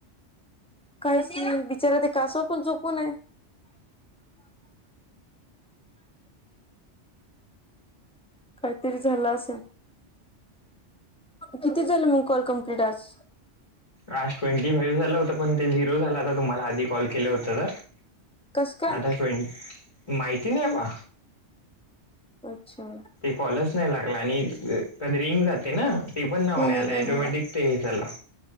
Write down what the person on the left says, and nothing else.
आज ट्वेंटी फाईव्ह झाल होत पण ते झिरो झाला होता तुम्हाला आधी कॉल केल होत तर
आता ट्वेंटी माहिती नाही बा
कॉलस नाही लागला आणि कधी रिंग जाते ना ते पण ना हो
आले टोमॅटिक ते हे झाला